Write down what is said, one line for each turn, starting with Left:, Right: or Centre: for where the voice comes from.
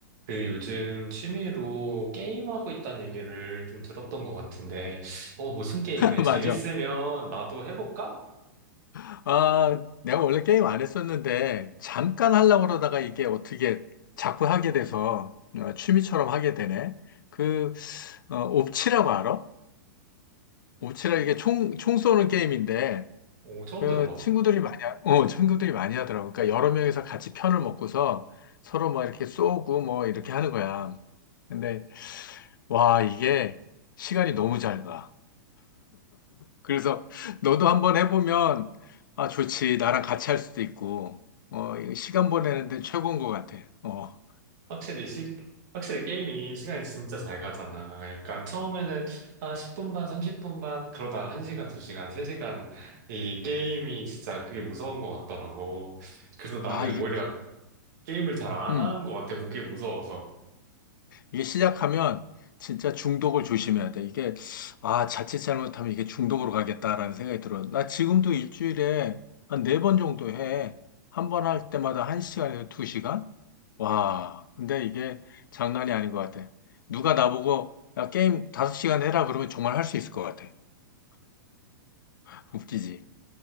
Right: 그 요즘 취미로 게임하고 있다는 얘기를 좀 들었던 것 같은데, 어, 무슨 게임해?
Left: <laughs>
Right: 재밌으면
Left: 맞아.
Right: 나도 해볼까?
Left: 아, 내가 원래 게임 안 했었는데, 잠깐 하려고 그러다가 이게 어떻게 자꾸 하게 돼서 어, 취미처럼 하게 되네. 그, 어, 옵치라고 알아? 옵치라
Right: 치?
Left: 이게 총, 총 쏘는 게임인데,
Right: 오, 처음
Left: 그
Right: 들어봐.
Left: 친구들이 많이, 하- 어, 친구들이 많이 하더라고. 그러니까 여러 명이서 같이 편을 먹고서 서로 막 이렇게 쏘고 뭐 이렇게 하는 거야. 근데, 와, 이게 시간이 너무 잘 가. 그래서 너도 한번 해보면 아 좋지 나랑 같이 할 수도 있고 어 이거 시간 보내는데 최고인 것 같아. 어아
Right: 확실히 시, 확실히 게임이 시간이 진짜 잘 가잖아. 약간 처음에는 한 10분 반, 30분 반, 그러다 1시간, 2시간, 3시간. 이 게임이 진짜 그게 무서운 것 같더라고. 그래서 나는
Left: 이게
Right: 오히려 게임을 잘 안
Left: 음
Right: 하는 것 같아. 그게 무서워서.
Left: 이게 시작하면 진짜 중독을 조심해야 돼. 이게 아 자칫 잘못하면 이게 중독으로 가겠다라는 생각이 들어. 나 지금도 일주일에 한 네 번 정도 해. 한 번 할 때마다 한 시간에서 두 시간? 와 근데 이게 장난이 아닌 것 같아. 누가 나보고 야 게임 다섯 시간 해라 그러면 정말 할 수 있을 것 같아. <laughs> 웃기지.